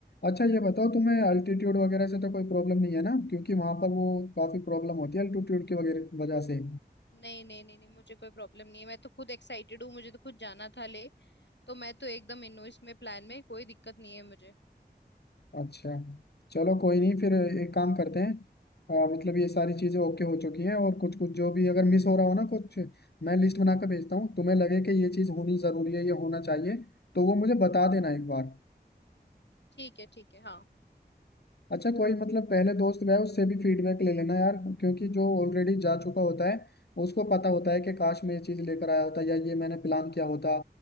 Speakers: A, on the left; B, on the left.
A: अच्छा ये बताओ तुम्हें अल्टीट्यूड वगैरह से तो कोई प्रॉब्लम नहीं है ना क्योंकि वहां पर वो काफ़ी प्रॉब्लम होती है अल्टीट्यूड की वगैरह वजह से
B: नहीं नहीं नहीं नहीं मुझे कोई प्रॉब्लम नहीं है मैं तो खुद एक्साइटेड हूँ मुझे तो खुद जाना था ले तो मैं तो एकदम इन हूँ इसमें प्लान में कोई दिक्कत नहीं है मुझे
A: अच्छा चलो कोई नहीं फिर एक काम करते हैं अ, मतलब ये सारी चीजें ओके हो चुकी हैं और कुछ कुछ जो भी अगर मिस हो रहा हो ना कुछ मैं लिस्ट बना कर भेजता हूँ तुम्हें लगे कि ये चीज होनी जरूरी है ये होना चाहिए तो वो मुझे बता देना एक बार
B: ठीक है ठीक है हाँ
A: अच्छा कोई मतलब पहले दोस्त गया उससे भी फीडबैक ले लेना यार क्योंकि जो ऑलरेडी जा चुका होता है उसको पता होता है
B: हम्म
A: कि काश मैं ये चीज लेकर आया होता या ये मैंने प्लान किया होता